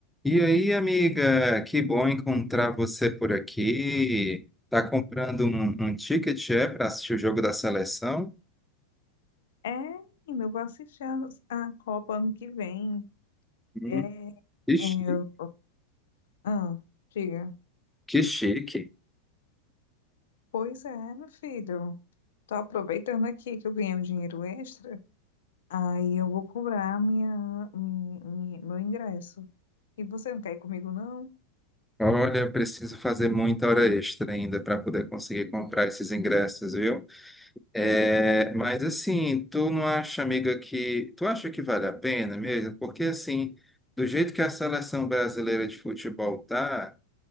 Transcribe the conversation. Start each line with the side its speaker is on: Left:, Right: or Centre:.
Centre: E aí, amiga, que bom encontrar você por aqui. Tá comprando um, um ticket, é, para assistir o jogo da seleção?
Left: É, menina, eu vou assistir a, a Copa ano que vem.
Centre: Hum,
Left: É, é,
Centre: que chique.
Left: eu- ah, diga.
Centre: Que chique.
Left: Pois é, meu filho. Tô aproveitando aqui que eu ganhei um dinheiro extra. Aí eu vou cobrar minha, mi- mi- meu ingresso. E você não quer ir comigo, não?
Centre: Olha, eu preciso fazer muita hora extra ainda para poder conseguir comprar esses ingressos, viu? É, mas assim, tu não acha, amiga, que tu acha que vale a pena mesmo? Porque assim, do jeito que a seleção brasileira de futebol tá